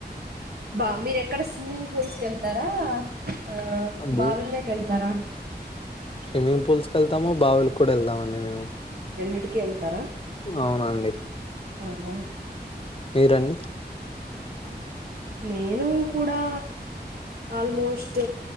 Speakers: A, on the right; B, on the left.
A: బా మీరెక్కడ స్విమ్మింగ్ ఫూల్స్ కెళ్తరా ఆ
B: అబ్బో
A: బావిలోకి ఎళ్తారా
B: స్విమ్మింగ్ పూల్స్ కెళ్తాము బావులికి కూడా ఎళ్తామండి మేము
A: రెండింటికి ఎళ్తారా
B: అవునండి
A: అవునా
B: మీరండి
A: నేను కూడా ఆల్మోస్ట్